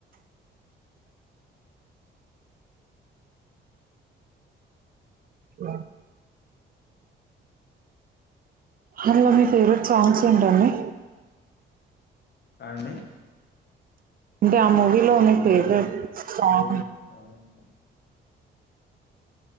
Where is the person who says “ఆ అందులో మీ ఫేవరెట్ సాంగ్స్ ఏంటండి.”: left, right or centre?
Right